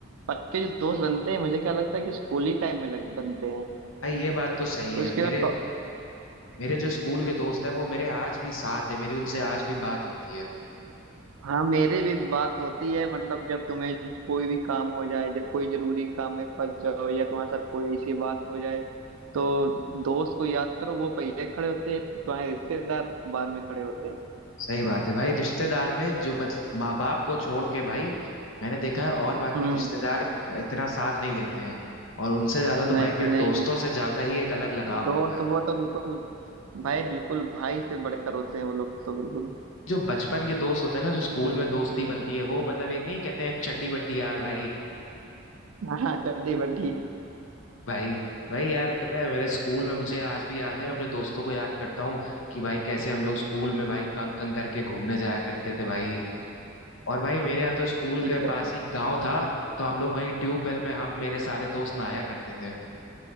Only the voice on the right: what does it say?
पक्के जो दोस्त बनते हैं मुझे क्या लगता है कि स्कूल ही टाइम में लग बनते हैं
तो
इसके
बाद को-
हाँ मेरे भी बात होती है मतलब जब तुम्हें कोई भी काम हो जाए जब कोई जरूरी काम में फंस जाओ या तुम्हारे साथ कोई ऐसी बात हो जाए तो दोस्त को याद करो वो पहले खड़े होते हैं तुम्हारे रिश्तेदार बाद में खड़े होते हैं
हम्म
नहीं
नहीं
दोस्त
वो तो बिल्कुल भाई बिल्कुल भाई से बढ़कर होते हैं वो लोग तो बिल्कुल
हाँ चड्डी बड्डी
ये
तो